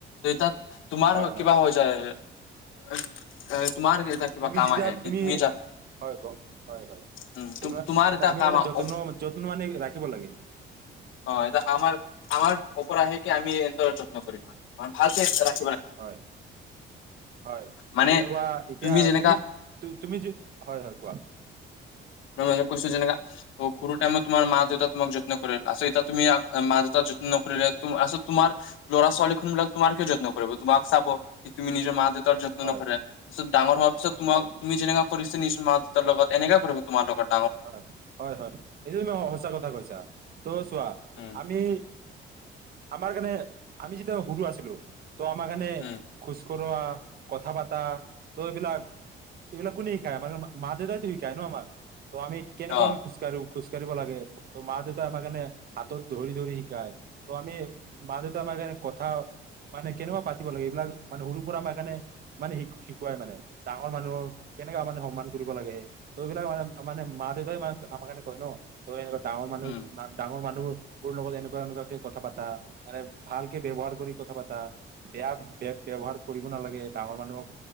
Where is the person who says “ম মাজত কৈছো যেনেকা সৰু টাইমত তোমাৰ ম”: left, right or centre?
Left